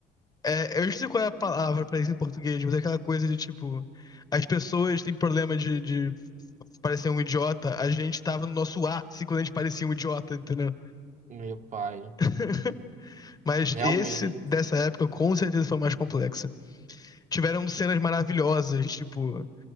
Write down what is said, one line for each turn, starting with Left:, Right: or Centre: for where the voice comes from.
Left: É, eu não sei qual é a palavra pra isso em português, mas é aquela coisa de tipo, as pessoas têm problema de, de parecer um idiota, a gente tava no nosso ápice quando a gente parecia um idiota, entendeu?
Right: Meu pai,
Left: <laughs> Mas
Right: realmente.
Left: esse dessa época com certeza foi o mais complexa. Tiveram cenas maravilhosas, tipo,